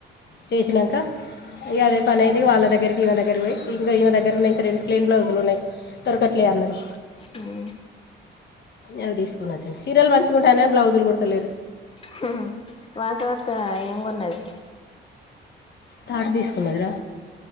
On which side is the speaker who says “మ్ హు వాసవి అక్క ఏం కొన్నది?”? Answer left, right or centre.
Left